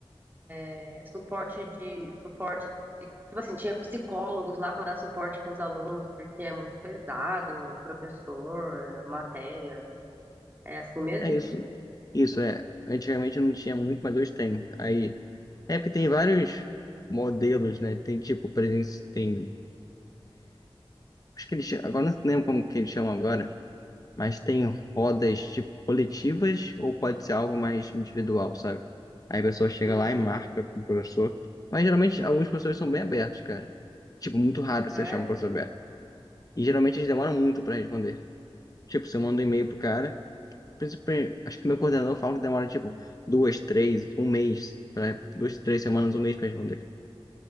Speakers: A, on the right; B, on the left.
A: é, suporte de, suporte de, psi- tipo assim, tinha psicólogos lá pra dar suporte pros alunos, porque é muito pesado, professor, é, matéria, é assim mesmo?
B: É isso. Isso, é. Antigamente não tinha muito, mas hoje tem. Aí. É porque tem vários modelos, né? Tem tipo, presen- tem Acho que eles, agora não lembro como que eles chamam agora, mas tem rodas tipo coletivas ou pode ser algo mais individual, sabe? Aí a pessoa chega
A: Uhum,
B: lá e marca com o professor. Mas geralmente alguns professores são bem abertos, cara. Tipo, muito raro
A: Ah,
B: você achar um
A: é.
B: professor aberto. E geralmente eles demoram muito pra responder. Tipo, você manda um e-mail pro cara, principalmente- acho que meu coordenador fala que demora tipo duas, três, um mês, pra- duas, três semanas, um mês pra responder.